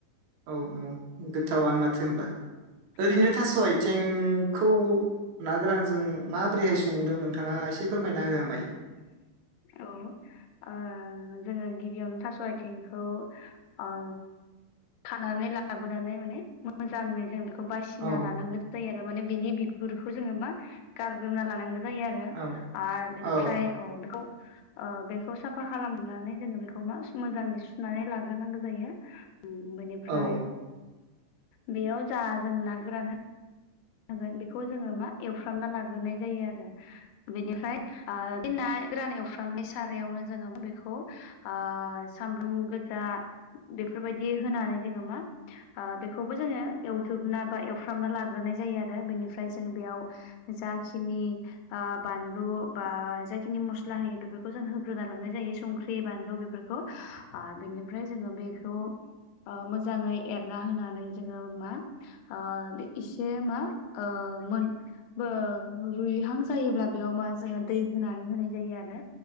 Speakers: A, on the right (about 80°); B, on the left (about 85°).
A: औ-औ गोथावनो माथो होनब्ला ओरैनो
B: औ
A: थास' आथिं खौ ना गोरानजों माबोरैहाय संदों नोंथाङा एसे फोरमायना होयामाय।
B: अ ओ जोङो गिबियावनो थास' आथिंखौ अ खानानै लाबोनानै माने मोजाङै जों बेखौ खौ बासिना
A: औ
B: लानांगोन जायो आरो माने बिनि बिगुरखौ जोङो मा गारग्रोबना लानांगोन जायो आरो
A: औ
B: आ बेनिफ्राय
A: औ
B: औ बेखौ ओ बेखौ साफा खालामनानै जोङो बेखौ मा मोजाङै सुनानै लाग्रोनांगौ जायो बेनिफ्राय
A: औ
B: बेयाव जा जों ना गोरानाय होगोन बेखौ जोङो मा एवफ्रामना लाग्रोनाय जायो आरो बेनिफ्राय आ बे ना गोरान एवफ्रामनाय सारायावनो जोङो बेखौ आ सामब्राम गोजा बेफोरबायदि होनानै जोङो मा ओ बेखौबो जोङो एवदोबना बा एवफ्रामना लाग्रोनाय जायो आरो बेनिफ्राय जोङो बेयाव जा खिनि ओ बानलु बा जाखिनि मस्ला होयो बेफोरखौ जों होग्रोना लानाय जायो संख्रि बानलु बेफोरखौ ओ बिनिफ्राय जोङो बेखौ ओ मोजाङै एरना होनानै जोङो मा ओ इसे जे मा ओ मोन बो रुइहां जायोब्ला बेयाव मा जोङो दै होनानै होनाय जायो आरो